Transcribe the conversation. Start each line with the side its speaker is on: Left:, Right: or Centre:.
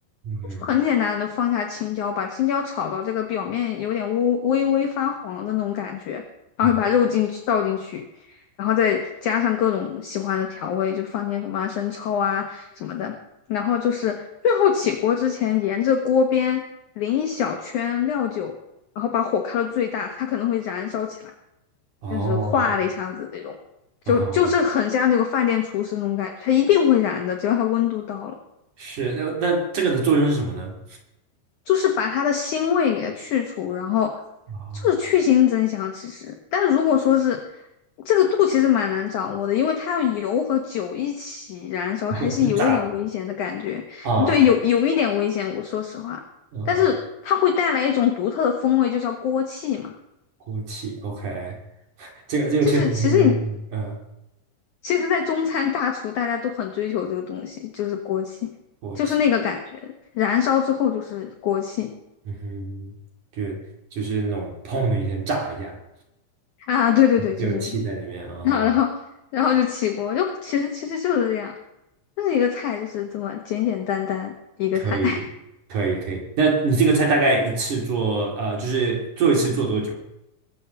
Right: 嗯
Left: 就很简单的放下青椒，把青椒炒到这个表面有点微微微发黄的那种感觉，然后把肉进去倒进去，
Right: 嗯啊
Left: 然后再加上各种喜欢的调味，就放点什么生抽啊什么的，然后就是最后起锅之前，沿着锅边淋一小圈料酒，然后把火开到最大，它可能会燃烧起来。
Right: 哦，
Left: 就是化了一下子那种，就就是很像那个饭店厨师那种感觉，
Right: 嗯哼
Left: 它一定会燃的，只要它温度到了，
Right: 是，那那这个的作用是什么呢？
Left: 就是把它的腥味给它去除，然后
Right: 哦，
Left: 就是去腥增香。其实，但如果说是这个度，其实蛮难掌握的，因为它要油和酒一起燃烧，
Right: 会会炸
Left: 还是有一点危险的感觉。
Right: 啊，啊
Left: 对，有有一点危险，我说实话，
Right: 嗯，
Left: 但是它会带来一种独特的风味，就叫锅气嘛。
Right: 锅气，OK，这个这个确实没没，
Left: 就是其实你
Right: 嗯。
Left: 其实，在中餐大厨，大家都很追求这个东西，就是锅气，
Right: 锅气，
Left: 就是那个感觉，燃烧之后就是锅气
Right: 嗯哼，就就是那种砰的一声炸一下，
Left: 啊，对对对，
Right: 就有气在里面，
Left: 就是那种，<laughs>
Right: 嗯，
Left: 然后然后就起锅，就其实其实就是这样，就是一个菜，就是这么简简单单一个菜。
Right: 可以，可以，可以。那你这个菜大概一次做，呃，就是做一次做多久？